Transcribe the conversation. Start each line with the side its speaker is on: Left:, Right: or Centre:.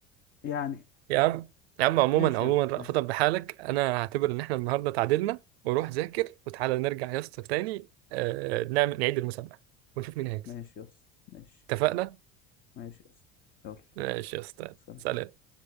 Left: يعني
Right: يا عم يا عم عموما
Left: ماشي
Right: عموما
Left: يا عم
Right: رأفت
Left: ماشي
Right: بحالك انا هعتبر ان احنا النهارده تعادلنا وروح ذاكر وتعالى نرجع يا اسطى تاني آه، نعمل نعيد المسابقة ونشوف مين هيكسب
Left: ماشي يا اسطى ماشي
Right: اتفقنا
Left: ماشي يا اسطى يلا
Right: ماشي يا اسطى
Left: سلام
Right: سلام